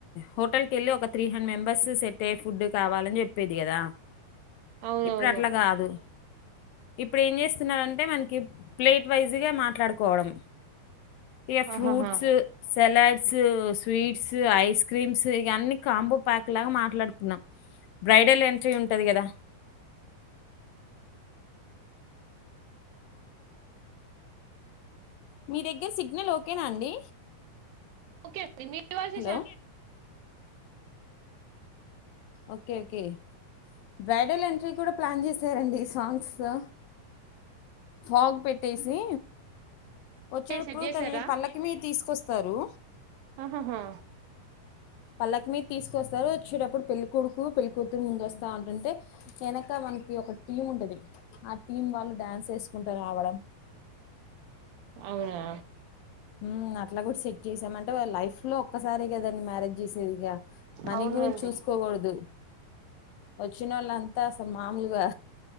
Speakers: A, on the left; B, on the right.
A: హోటల్ కెళ్ళీ ఒక త్రీ హండ్రెడ్ మెంబెర్స్ సెట్ అయ్యే ఫుడ్ కావాలని చెప్పెది కదా
B: అవునవును
A: ఇప్పుడు అట్లా కాదు ఇప్పుడు ఏం చేస్తున్నారంటే మనకి ప్లేట్ వైజ్ గా మాట్లాడుకోవడం ఇగ
B: ఆహాహా
A: fruits salads sweets ice creams ఇవన్నీ కాంబో ప్యాక్ లాగా మాట్లాడుకున్నాం బ్రైడల్ ఎంట్రీ ఉంటది కదా మీ దగ్గర సిగ్నల్ ఓకేనా అండి
B: ఓకే అండి మీ వాయిసే
A: hello
B: <inaudible>
A: okay okay bridal entry కూడా ప్లాన్ చేశారండి సాంగ్స్ తో ఫాగ్ పెట్టేసి వచ్చేటప్పుడు
B: సెట్ చేసారా
A: తనని పల్లకి మీద తీసుకొస్ వత్తారు
B: ఆహాహా
A: పల్లకి మీద తీసుకొస్తారు వచ్చేటప్పుడు పెళ్ళికొడుకు పెళ్ళికూతురు ముందు వస్తా అంటంటే వెనక మనకి ఒక టీమ్ ఉంటుంది ఆ టీం వాళ్ళు డ్యాన్స్ వేసుకుంటూ రావడం
B: అవునా
A: ఉమ్ అట్లా కూడా చెస్ చేసామంటే లైఫ్ లో ఒక్కసారే కదా అండి మ్యారేజ్ చేసిది ఇగ మనీ
B: అవునండి
A: గురించి చూసుకోకూడదు వొచ్చినొల్లంతా అసలు మామలుగా